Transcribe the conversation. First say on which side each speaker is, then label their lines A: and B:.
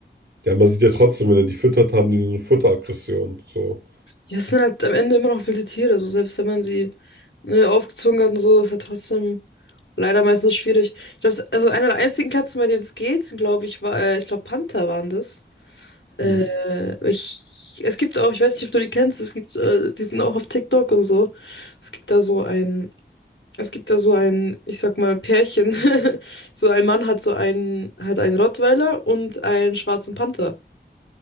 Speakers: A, on the right; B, on the left.
A: ja, man sieht ja trotzdem, wenn er die füttert, haben die so eine Futteraggression. So.
B: Ja, es sind halt am Ende immer noch wilde Tiere. So selbst wenn man sie ne, aufgezogen hat und so, ist halt trotzdem leider meistens schwierig. Ich glaube, also eine der einzigen Katzen, bei denen es geht, glaube ich, war, äh, ich glaube, Panther waren das. Äh,
A: Mhm.
B: ich, es gibt auch, ich weiß nicht, ob du die kennst, es gibt, äh, die sind auch auf TikTok und so. Es gibt da so ein, es gibt da so ein, ich sag mal, Pärchen. <laughs> So ein Mann hat so einen, hat einen Rottweiler und einen schwarzen Panther.